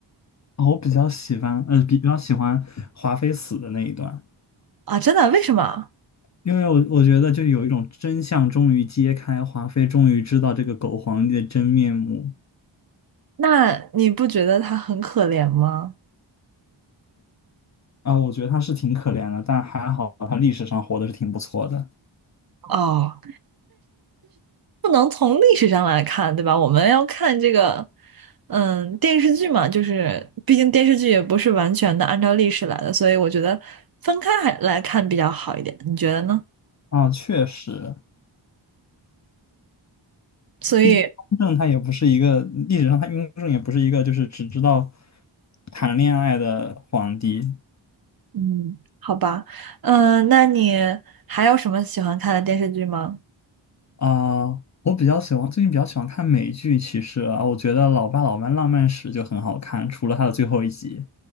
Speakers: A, on the left; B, on the right.
A: 啊，我比较喜欢，呃，比比较喜欢华妃死的那一段，
B: 啊，真的？为什么？
A: 因为我我觉得就有一种真相终于揭开，华妃终于知道这个狗皇帝的真面目。
B: 那你不觉得她很可怜吗？
A: 啊，我觉得他是挺可怜的，但还好他历史上活的是挺不错的
B: 哦。不能从历史上来看，对吧？我们要看这个，嗯，电视剧嘛，就是毕竟电视剧也不是完全的按照历史来的，所以我觉得分开还来看比较好一点，你觉得呢？
A: 啊，确实，
B: 所以，
A: 毕竟雍正他也不是一个历史上他雍正也不是一个就是只知道谈恋爱的皇帝
B: 嗯，好吧，嗯，那你还有什么喜欢看的电视剧吗？
A: 啊。我比较喜欢最近比较喜欢看美剧，其实啊，我觉得《老爸老妈浪漫史》就很好看，除了它的最后一集。